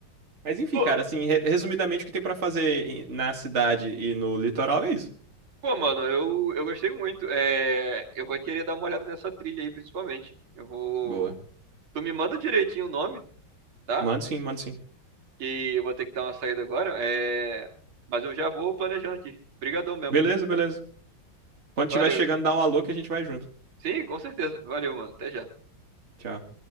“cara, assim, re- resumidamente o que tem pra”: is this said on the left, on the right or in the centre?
Right